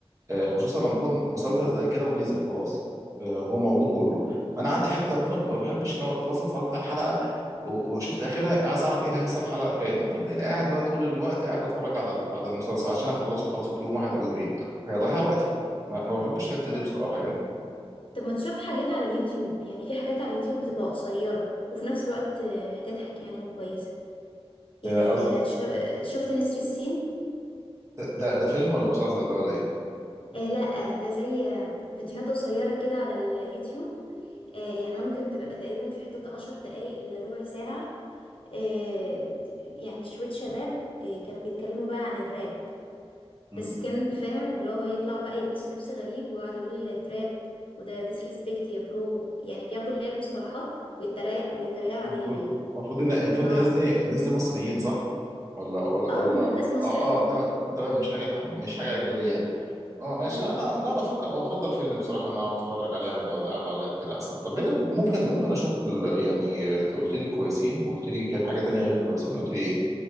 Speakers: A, on the right; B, on the left.
A: آه، خصوصا لما يكون مسلسل زي كده ونزل خلاص آه، هو موجود كله فانا عندي حته ممكن ما بحبش ان هو مثلا اتفرجت على الحلقه و- وشفت اخرها عايز اعرف ايه اللي هيحصل الحلقه الجايه ممكن تلاقيني قاعد بقى طول الوقت قاعد بتفرج على ال- على المسلسل عشان اخلصه خلصه في يوم واحد او يومين فيضيع وقتي ما ما بحبش الحته
B: طب
A: دي بصراحه يعني
B: طب ما تشوف حاجات على اليوتيوب يعني في حاجات على اليوتيوب بتبقى قصيرة وفي نفس الوقت آه، هتضحك يعني وكويسة يعني
A: آه، قصد-
B: آه، شو- آه، شفت نسر السين
A: ده ده ده فيلم ولا مسلسل ده ولا ايه؟
B: آه لا آه، ده زي آه، فيديوهات قصيرة كده على اليوتيوب آه يعني ممكن تبقى تقريبا في حدود عشر دقايق لربع ساعة آه يعني شوية شباب آه كانوا بيتكلموا بقى عن الراب
A: مم.
B: بس كان فاهم اللي هو يطلع بقى يلبسوا لبس غريب ويقعد يقول تراب وده disrespect يا برو يعني بياخدوا اللي هي المصطلحات ويتريق ويتريقوا
A: المفروض
B: عليها يعني
A: المفروض ان المفروض
B: اه
A: الناس دي الناس دي مصريين صح ولا ولا ولا
B: اه ناس مصرية
A: اه اه تمام تمام، مش حاجه مش حاجه اجنبيه
B: آه.
A: يعني. اه ماشي
B: لا لا
A: لا انا لا انا افكر او افضل فيلم بصراحه ان انا اتفرج عليه عند ولا قاعد على اللاب كده احسن طب إيه ممكن ممكن اشوف ال... يعني انت قلت لي الكويسين وقلت لي كان حاجه تانية غير الكويسين قلت لي ايه